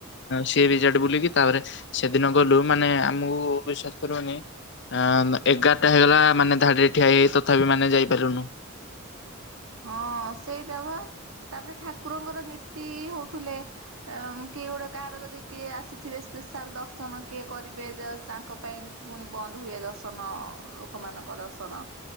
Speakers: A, on the left; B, on the right.
A: ସି ବିଚ୍ ଆଡେ ବୁଲିକି ତାପରେ ସେଦିନ ଗଲୁ ମାନେ ଆମକୁ ବିଶ୍ୱାସ କରିବନି। ଅ ଏଗାରଟା ହେଇଗଲା ମାନେ ଧାଡିରେ ଠିଆ ହେଇ ହେଇ ତଥାପି ମାନେ ଯାଇପାରିଲୁନୁ।
B: ହଁ ସେଇଟା ବା ତାପରେ ଠାକୁରଙ୍କର ନୀତି ହଉଥିଲେ। କିଏ ଗୋଟେ କାହାର ଯଦି କିଏ ଆସିଥିବେ ସ୍ପେଶାଲ ଦର୍ଶନ କିଏ କରିବେ ତାଙ୍କ ପାଇଁ ବି। ପୁଣି ବନ୍ଦ ହୁଏ ଦର୍ଶନ ଲୋକମାନଙ୍କ ଦର୍ଶନ।